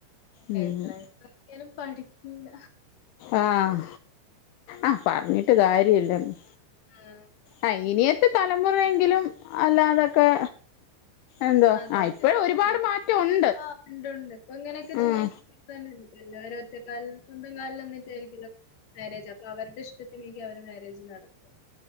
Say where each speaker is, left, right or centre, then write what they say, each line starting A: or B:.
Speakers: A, on the left (about 80°); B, on the left (about 45°).
A: ഉം
B: എത്ര <unintelligible> പഠിക്കൂല.
A: ആഹ് ആ പറഞ്ഞിട്ട് കാര്യല്ലന്ന്.
B: മ്
A: ആ ഇനിയത്തെ തലമുറയെങ്കിലും അല്ലാതൊക്കെ എന്തോ
B: അതെ
A: ആഹ്
B: അതെ
A: ഇപ്പഴും ഒരുപാട്
B: ആ
A: മാറ്റം ഉണ്ട്
B: ആഹ് ഉണ്ടുണ്ട്, ഇപ്പ ഇങ്ങനെയൊക്കെ
A: ഉം
B: <unintelligible> തെ എല്ലാവരും ഒറ്റക്കാലില് സ്വന്തം കാലില് നിന്നിട്ടായിരിക്കല്ലോ <unintelligible> അവരുടെ ഇഷ്ടത്തിനേക്ക് അവര് മാരേജ് നടത്തും.